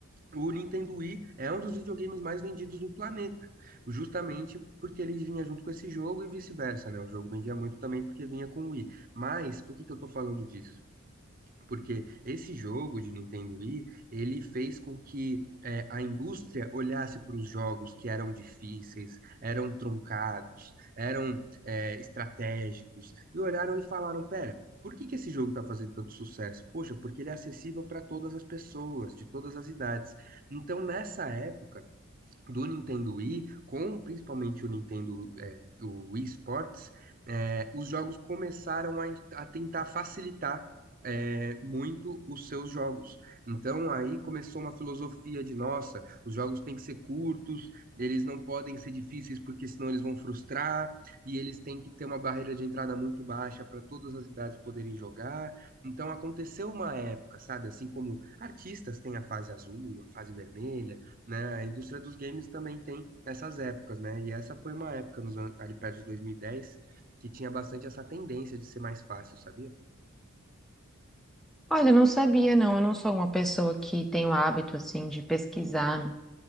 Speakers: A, on the right; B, in the centre.
A: O Nintendo Wii é um dos videogames mais vendidos do planeta, justamente porque ele vinha junto com esse jogo e vice-versa, né? O jogo vendia muito também porque vinha com o Wii. Mas, por que que eu tô falando disso? Porque esse jogo de Nintendo Wii, ele fez com que é, a indústria olhasse para os jogos que eram difíceis, eram truncados, eram é, estratégicos, e olharam e falaram, pera, por que que esse jogo está fazendo tanto sucesso? Poxa, porque ele é acessível para todas as pessoas, de todas as idades. Então, nessa época, do Nintendo Wii, com principalmente o Nintendo, é, o Wii Sports, é, os jogos começaram a, a tentar facilitar é, muito os seus jogos. Então aí começou uma filosofia de, nossa, os jogos têm que ser curtos, eles não podem ser difíceis porque senão eles vão frustrar, e eles têm que ter uma barreira de entrada muito baixa para todas as idades poderem jogar. Então aconteceu uma época, sabe? Assim como artistas têm a fase azul, a fase vermelha, né? A indústria dos games também tem essas épocas, né? E essa foi uma época nos an- ali perto de 2010 que tinha bastante essa tendência de ser mais fácil, sabia?
B: Olha, eu não sabia, não. Eu não sou uma pessoa que tem o hábito, assim, de pesquisar